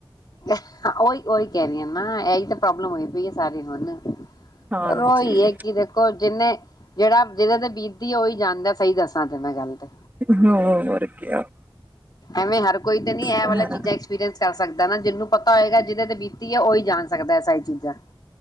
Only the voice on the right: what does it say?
ਹਾਂਜੀ
<unintelligible> ਇਹ
ਤਾਂ
ਹੈ